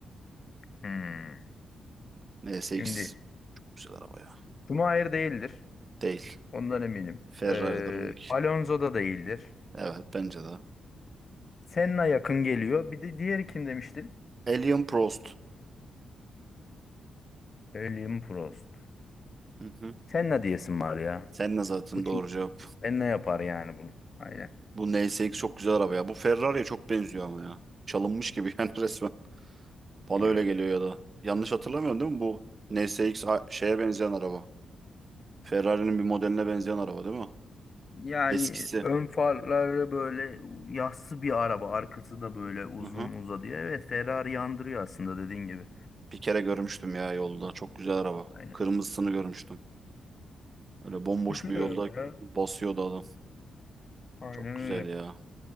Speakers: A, on the left (about 45°); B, on the right (about 40°).
A: Hmm.
B: NSX
A: Şimdi
B: güzel araba ya.
A: Schumacher değildir.
B: Değil.
A: Ondan eminim.
B: Ferrari'dir
A: Ee,
B: onunki.
A: Alonso da değildir.
B: Evet bence de.
A: Senna yakın geliyor. Bir de diğeri kim demiştin?
B: Alain Prost.
A: William Prost.
B: Hı hı.
A: Senna diyesin var ya.
B: Senna zaten
A: Bu çok
B: doğru cevap.
A: Senna yapar yani bunu. Aynen.
B: Bu NSX çok güzel araba ya. Bu Ferrari'ye çok benziyor ama ya. Çalınmış gibi <laughs> yani resmen. Bana
A: Evet.
B: öyle geliyor ya da. Yanlış hatırlamıyorum değil mi? Bu NSX a- şeye benzeyen araba. Ferrari'nin bir modeline benzeyen araba değil mi?
A: Yani
B: Eskisi.
A: ön farları böyle yassı bir araba. Arkası da böyle uzun
B: Hı hı.
A: uzadıya. Evet Ferrari yandırıyor aslında dediğin gibi.
B: Bir kere görmüştüm ya yolda. Çok güzel araba.
A: Aynen.
B: Kırmızısını görmüştüm. Öyle bomboş
A: Güzel
B: bir
A: araba
B: yolda
A: ya.
B: basıyordu adam.
A: Aynen
B: Çok güzel
A: öyle.
B: ya.